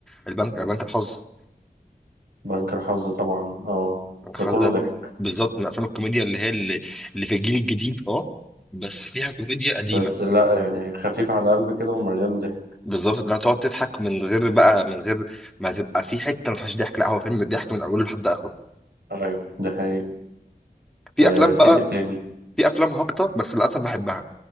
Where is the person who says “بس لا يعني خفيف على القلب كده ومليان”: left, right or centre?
Right